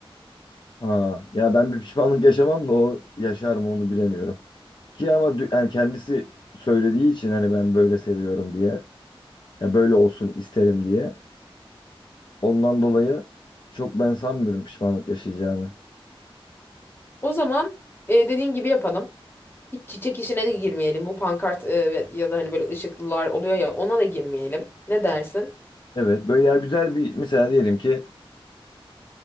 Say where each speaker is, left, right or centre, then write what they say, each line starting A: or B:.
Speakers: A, on the left; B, on the left.
A: Ha, ya ben bir pişmanlık yaşamam da o yaşar mı onu bilemiyorum. Ki ama dü- yani kendisi söylediği için hani ben böyle seviyorum diye. Ya böyle olsun isterim diye. Ondan dolayı çok ben sanmıyorum pişmanlık yaşayacağını.
B: O zaman e, dediğin gibi yapalım. Hiç çiçek işine de girmeyelim. Bu pankart e, ve- ya da hani böyle ışıklılar oluyor ya ona da girmeyelim. Ne dersin?
A: Evet böyle ya güzel bir mesela diyelim ki